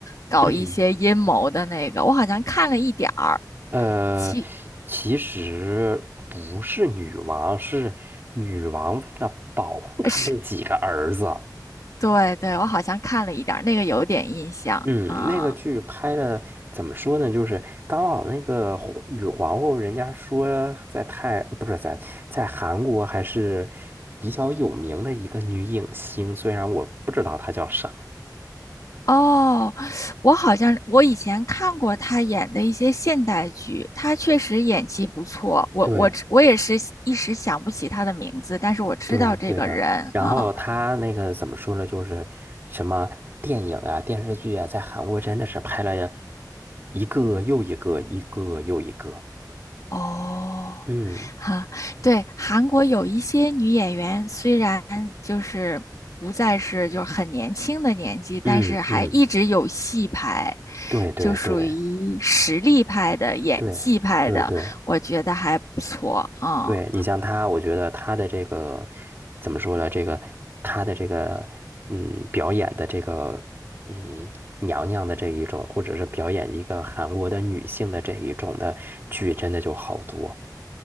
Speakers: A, on the left; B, on the right.
A: 搞一些阴谋的那个？
B: 嗯
A: 我好像看了一点儿，
B: 呃，
A: 其
B: 其实不是女王，是女王为了保护她这几个儿子。
A: 呃是对对，我好像看了一点儿，那个有点印象啊。
B: 嗯，那个剧拍的怎么说呢？就是刚好那个皇女皇后，人家说在泰不是在在韩国还是比较有名的一个女影星，虽然我不知道她叫啥。
A: 哦，我好像我以前看过她演的一些现代剧，她确实演技不错。我我只我也是一时想不起她的名字，
B: 对，
A: 但是我知道这个人啊。
B: 对对的，然后他那个怎么说呢？就是什么电影啊、电视剧啊，在韩国真的是拍了一个又一个，一个又一个。
A: 哦，
B: 嗯
A: 哈，对，韩国有一些女演员，虽然就是不再是就是很年轻的年纪，但是还一直有戏拍，
B: 嗯嗯，对对对
A: 就属于实力派的、演技派的，
B: 对对对
A: 我觉得还不错啊。
B: 对，
A: 嗯
B: 你像他，我觉得他的这个怎么说呢？这个他的这个嗯，表演的这个嗯，娘娘的这一种，或者是表演一个韩国的女性的这一种的剧，真的就好多。